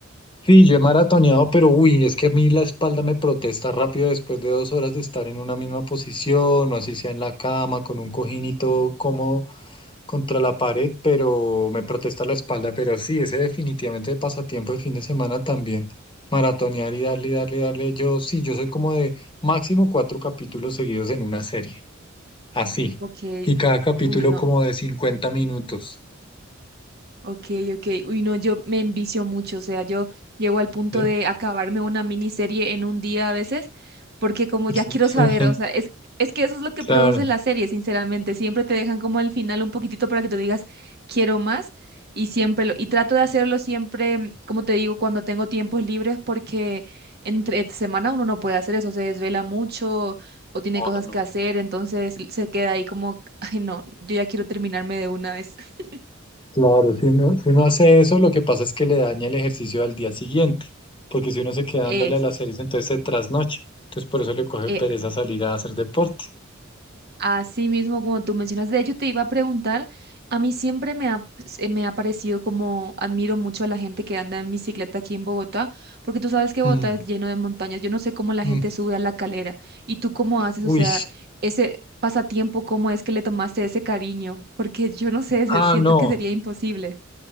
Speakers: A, on the left; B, on the right.
A: Sí, yo he maratoneado, pero uy, es que a mí la espalda me protesta rápido después de dos horas de estar en una misma posición, o así sea en la cama, con un cojín y todo como contra la pared, pero me protesta la espalda. Pero sí, ese definitivamente pasatiempo de fin de semana también. Maratonear y darle, darle, darle. Yo sí, yo soy como de máximo cuatro capítulos seguidos en una serie, así.
B: Ok,
A: Y cada capítulo
B: uy, no.
A: como de cincuenta minutos.
B: Ok, ok. Uy, no, yo me envicio mucho, o sea, yo llego al punto
A: ¿sí?
B: de acabarme una miniserie en un día a veces, porque como ya
A: Sí,
B: quiero saber,
A: <laughs>
B: o sea, es, es que eso es lo que
A: Claro.
B: producen las series, sinceramente, siempre te dejan como el final un poquitito para que tú digas, quiero más, y siempre lo, y trato de hacerlo siempre, mm, como te digo, cuando tengo tiempos libres, porque entre semana uno no puede hacer eso, se desvela mucho o tiene
A: No,
B: cosas
A: no, no.
B: que hacer, entonces se queda ahí como, ay, no, yo ya quiero terminarme de una vez. <laughs>
A: Claro, si uno, si uno hace eso, lo que pasa es que le daña el ejercicio al día siguiente, porque si uno se queda
B: Es.
A: dándole a las series, entonces se trasnocha. Entonces por eso le coge
B: eh,
A: pereza salir a hacer deporte.
B: Así mismo, como tú mencionas, de hecho te iba a preguntar, a mí siempre me ha, se me ha parecido como admiro mucho a la gente que anda en bicicleta aquí en Bogotá, porque tú sabes que
A: Mm,
B: Bogotá es lleno de montañas, yo no sé cómo la
A: mm.
B: gente sube a la calera y tú cómo haces,
A: Uy,
B: o sea, ese pasatiempo, cómo es que le tomaste ese cariño, <laughs> porque yo no sé,
A: ah,
B: se- siento
A: no.
B: que sería imposible.